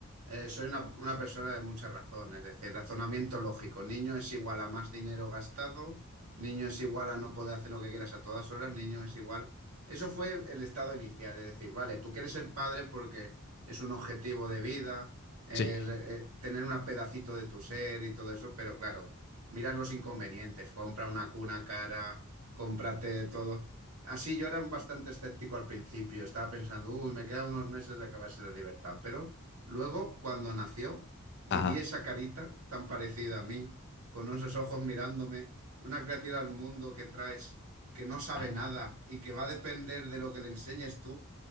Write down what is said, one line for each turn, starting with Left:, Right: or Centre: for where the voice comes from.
Right: eh, soy una, una persona de mucha razón, es decir, razonamiento lógico. Niño es igual a más dinero gastado, niño es igual a no poder hacer lo que quieras a todas horas, niño es igual. Eso fue el estado inicial, es decir, vale, tú quieres ser padre porque es un objetivo de vida, es,
Left: Sí.
Right: eh, tener un pedacito de tu ser y todo eso, pero claro, miras los inconvenientes, compra una cuna cara, cómprate todo. Así yo era bastante escéptico al principio, estaba pensando, uy, me quedan unos meses de acabarse la libertad, pero luego cuando nació y
Left: Ajá.
Right: vi esa carita tan parecida a mí, con esos ojos mirándome, una criatura al mundo que traes, que no sabe
Left: ah,
Right: nada y que va a depender de lo que le enseñes tú